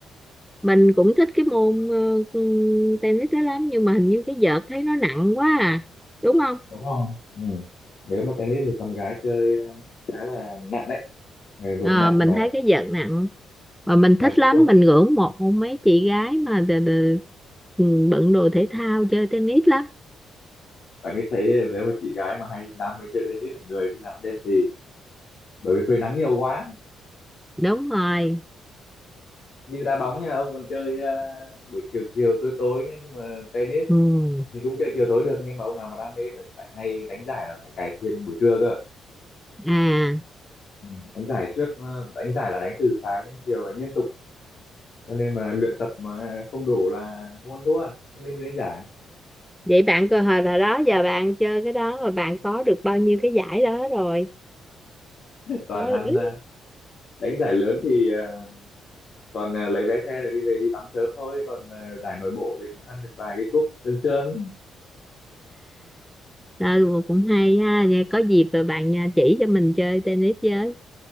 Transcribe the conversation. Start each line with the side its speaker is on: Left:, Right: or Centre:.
Centre: mình cũng thích cái môn ờ, ừ, tennis đó lắm nhưng mà hình như cái vợt thấy nó nặng quá à đúng không
Left: đúng không Ừ. Nếu mà tennis thì con gái chơi ờ, khá là nặng đấy, người vượt
Centre: Ờ,
Left: nặng
Centre: mình
Left: mà
Centre: thấy cái vợt nặng mà mình
Left: mà
Centre: thích
Left: kỹ
Centre: lắm
Left: thuật.
Centre: mình ngưỡng mộ mấy chị gái mà đ- đ- ừ, bận đồ thể thao chơi tennis lắm
Left: Bạn cứ thấy nếu mà chị gái mà hay đam mê chơi tennis là người khi nào cũng đen xì, bởi vì phơi nắng nhiều quá.
Centre: đúng rồi
Left: Như đá bóng nha, ông còn chơi ờ, buổi chiều chiều tối tối nhá, nhưng mà tennis
Centre: ừ.
Left: thì cũng chơi chiều tối được nhưng mà ông nào mà đam mê là lại hay đánh giải là phải cày xuyên buổi trưa cơ.
Centre: à
Left: Ừ. Đánh giải suốt ờ, đánh giải là đánh từ sáng đến chiều đánh liên tục cho nên mà luyện tập mà không đủ là không ăn thua, không nên đi đánh giải.
Centre: vậy bạn cơ hội rồi đó giờ bạn chơi cái đó rồi bạn có được bao nhiêu cái giải đó rồi
Left: Toàn
Centre: có
Left: ăn ờ, đánh giải lớn thì ờ, toàn ờ, lấy vé xe để đi về đi tắm sớm thôi còn ờ, giải nội bộ thì cũng ăn được vài cái cúp sương sương
Centre: à rồi cũng hay ha vậy có dịp rồi bạn à, chỉ cho mình chơi tennis với